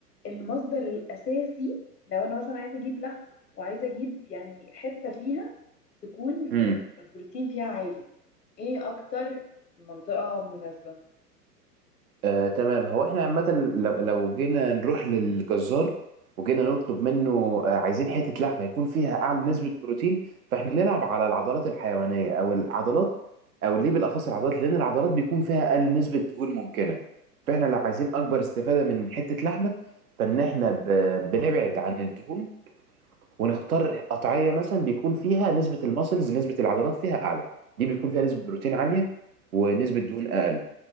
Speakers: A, on the left (about 80°); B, on the right (about 65°).
A: المصدر الاساسي لو انا مثلا عايزه اجيب لحم وعايزه اجيب يعني حته فيها تكون
B: مم.
A: البروتين فيها عالي ايه اكتر منطقه مناسبه
B: آه، تمام هو احنا عامة لو لو جينا نروح للجزار وجينا نطلب منه آه، عايزين حتة لحمة يكون فيها أعلى نسبة بروتين فاحنا نلعب على العضلات الحيوانية أو العضلات أو ليه بالأخص العضلات لأن العضلات بيكون فيها أقل نسبة دهون ممكنة فاحنا لو عايزين أكبر استفادة من حتة لحمة فإن احنا ب- بنبعد عن الدهون ونختار قطعية مثلا بيكون فيها نسبة المسلز نسبة العضلات فيها أعلى دي بيكون فيها نسبة بروتين عالية ونسبة دهون أقل